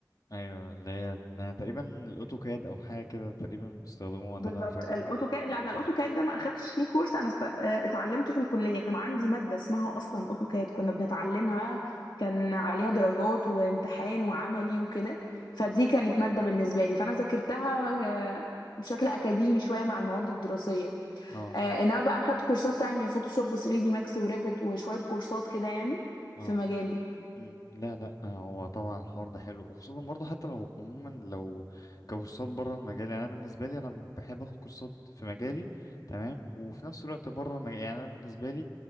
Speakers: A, on the left (about 55°); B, on the left (about 80°).
A: ايوه اللي هي أنا تقريبا الاوتوكاد او حاجه كده تقريبا بتستخدموها
B: بالظبط
A: ده اللي انا فاكره
B: الاوتوكاد لا انا الاوتوكاد
A: <laughs>
B: ده ما اخدتش فيه كورس انا است... آه، اتعلمته في الكليه كان عندي ماده اسمها اصلا اوتوكاد كنا بنتعلمها كان عليها درجات وامتحان وعملي وكده فدي
A: مم.
B: كانت ماده بالنسبه لي فانا ذاكرتها آه، بشكل اكاديمي شويه مع المواد الدراسيه
A: اه
B: آه، انما بقى اخدت كورسات تانية فوتوشوب و3 دي ماكس وريفت وشويه كورسات كده يعني
A: اه
B: في مجالي
A: مم. لا لا آه، هو طبعا الحوار ده حلو وخصوصا برضه حتى لو عموما لو كورسات بره المجال يعني انا بالنسبه لي انا بحب اخد كورسات في مجالي تمام وفي نفس الوقت بره المجال يعني انا بالنسبه لي